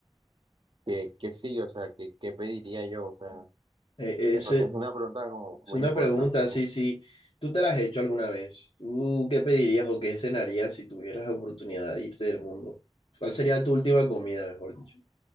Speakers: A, on the right (about 60°); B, on the left (about 75°).
A: que, que sí, o sea, que, que pediría yo, o sea,
B: Eh, eh,
A: es,
B: ese-
A: es una pregunta como
B: es
A: muy
B: una
A: importante,
B: pregunta,
A: ¿no?
B: sí, sí. ¿Tú te la has hecho alguna vez? ¿Tú qué pedirías o qué cenarías si tuvieras la oportunidad de irte del mundo? ¿Cuál sería tu última comida, mejor dicho?